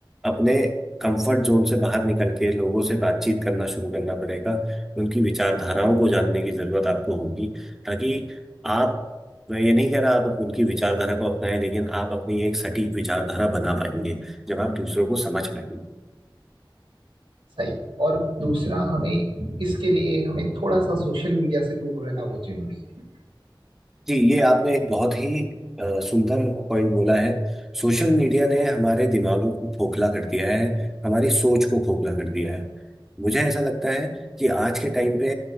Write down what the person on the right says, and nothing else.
सही और दूसरा हमें इसके लिए हमें थोड़ा सा सोशल मीडिया से दूर रहना बहुत जरूरी है